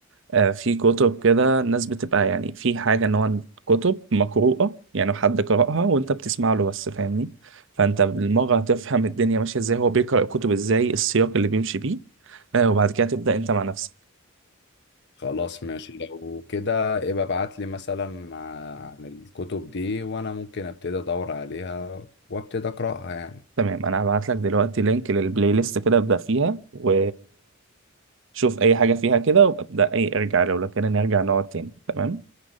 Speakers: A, on the right (about 65°); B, on the left (about 55°).
A: آه في كتب كده الناس بتبقى يعني في حاجة ان هو كتب مقروءة يعني حد قرأها وانت بتسمع له بس فاهمني فانت بالمرة هتفهم الدنيا ماشية ازاي هو بيقرأ الكتب ازاي السياق اللي بيمشي بيه آه وبعد كده تبدأ انت مع نفسك
B: خلاص ماشي لو كده ابقى ابعت لي مثلا عن الكتب دي وانا ممكن ابتدي ادور عليها وابتدي اقراها يعني
A: فتمام انا هبعت لك دلوقتي لينك للبلاي ليست كده ابدا فيها و شوف اي حاجه فيها كده وابدا اي ارجع لو لو كده نرجع نقعد تاني تمام